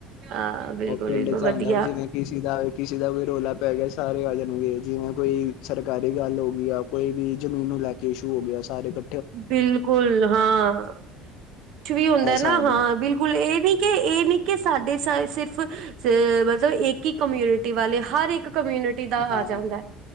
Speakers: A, on the right; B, on the left.
A: ਹ ਬਿਲਕੁਲ-ਬਿਲਕੁਲ
B: ਉਹ ਪਿੰਡ ਚ
A: ਵਧੀਆ
B: ਆਉਂਦਾ ਜਿਵੇਂ ਕਿਸੇ ਦਾ ਕਿਸੇ ਦਾ ਕੋਈ ਰੌਲਾ ਪੈ ਗਿਆ, ਸਾਰੇ ਆ ਜਾਣਗੇ, ਜਿਵੇਂ ਕੋਈ ਸਰਕਾਰੀ ਗੱਲ ਹੋ ਗਈ ਆ। ਕੋਈ ਵੀ ਜ਼ਮੀਨ ਨੂੰ ਲੈ ਕੇ ਇਸ਼ੂ ਹੋ ਗਿਆ ਸਾਰੇ ਦਾ
A: ਬਿਲਕੁਲ ਹਾਂ, ਕੁਛ ਵੀ ਹੁੰਦਾ
B: ਇਹ ਹਿਸਾਬ
A: ਨਾ ਹਾਂ
B: ਹੈ
A: ਬਿਲਕੁਲ ਇਹ ਵੀ ਕਿ ਇਹ ਨੀ ਕਿ ਸਾਡੇ ਸ ਸਿਰਫ ਅ ਮਤਲਬ ਇੱਕ ਹੀ ਕਮਿਊਨਿਟੀ ਵਾਲੇ, ਹਰ ਇੱਕ ਕਮਿਊਨਿਟੀ ਟੀ ਦਾ
B: ਹਾਂ
A: ਆ ਜਾਂਦਾ,